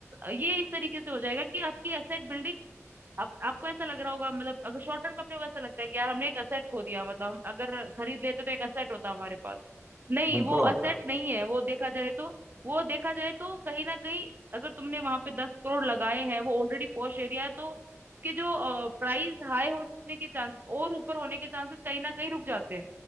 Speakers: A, on the right; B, in the centre.
A: ये इस तरीके से हो जाएगा कि आपकी एसेट बिल्डिंग आप, आपको ऐसा लग रहा होगा मतलब अगर शॉर्ट टर्म में अपने को ऐसा लगता है कि यार हमने एक एसेट खो दिया मतलब हम अगर खरीद लेते तो एक एसेट होता हमारे पास नहीं
B: बिल्कुल
A: वो
B: और
A: असेट
B: क्या
A: नहीं है वो देखा जाए तो वो देखा जाए तो कहीं ना कहीं अगर तुमने वहां पे दस करोड़ लगाए हैं वो ऑलरेडी पॉश एरिया है तो उसके जो प्राइस हाई होने के चांसेस और ऊपर होने के चांसेस कहीं ना कहीं रुक जाते हैं